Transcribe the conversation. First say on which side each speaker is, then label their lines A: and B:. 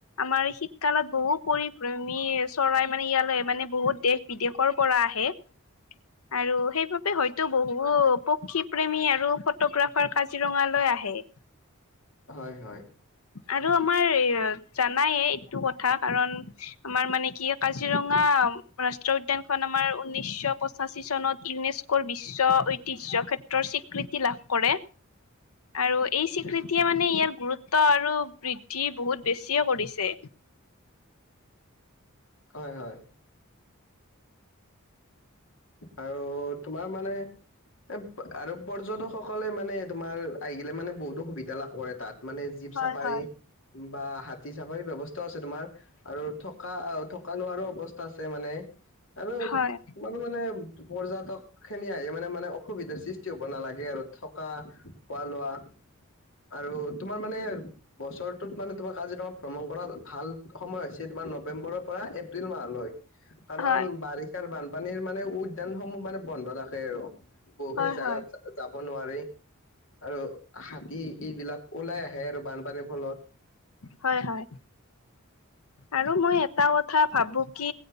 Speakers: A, on the left (about 80°); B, on the left (about 65°).
A: আমাৰ শীতকালত বহু পৰিভ্ৰমী চৰাই মানে ইয়ালৈ মানে বহুত দেশ বিদেশৰ পৰা আহে আৰু সেইবাবে হয়তো বহু পক্ষী প্ৰেমী আৰু ফটোগ্ৰাফাৰ কাজিৰঙালৈ আহে <unintelligible>
B: হয় হয়
A: আৰু আমাৰ এ জানায়ে এইটো কথা কাৰণ আমাৰ মানে কি কাজিৰঙা ৰাষ্ট্ৰীয় উদ্যানখন আমাৰ ঊন্নিছ' পঁচাছী চনত ইউনেস্কোৰ বিশ্ব ঐতিহ্য ক্ষেত্ৰৰ স্বীকৃতি লাভ কৰে আৰু এই স্বীকৃতিয়ে মানে ইয়াৰ গুৰুত্ব ত আৰু বৃদ্ধি বহুত বেছিয়ে কৰিছে।
B: হয় হয়। আৰু তোমাৰ মানে এ আৰু পৰ্যটকসকলে মানে তোমাৰ আহিলে মানে বহুতো সুবিধা লাভ কৰে তাত। মানে জীপ
A: হয়
B: চাফাৰী
A: হয়।
B: বা হাতী চাফাৰী ব্যৱস্থাও আছে তোমাৰ। আৰু থকা - থকা লোৱাৰো অৱস্থা আছে মানে আৰু
A: হয়
B: ইমান টো মানে পৰ্যটক খিনি আহি মানে - মানে অসুবিধাৰ সৃষ্টি হ'ব নালাগে আৰু থকা খোৱা লোৱা আৰু তোমাৰ মানে বছৰটোত মানে তোমাৰ কাজিৰঙাত ভ্ৰমণ কৰা ভাল সময় হৈছে তোমাৰ নৱেম্বৰৰ পৰা এপ্ৰিল মাহলৈ। কাৰণ
A: হয়।
B: বাৰিষাৰ বানপানীৰ মানে উদ্যানসমূহ মানে বন্ধ থাকে আৰু। বহুখিনি
A: হয়
B: জাগাত
A: হয়
B: যাব নোৱাৰি আৰু হাতী এইবিলাক ওলাই আহে আৰু বানপানীৰ ফলত।
A: হয় হয়। আৰু মই এটা কথা ভাবো কি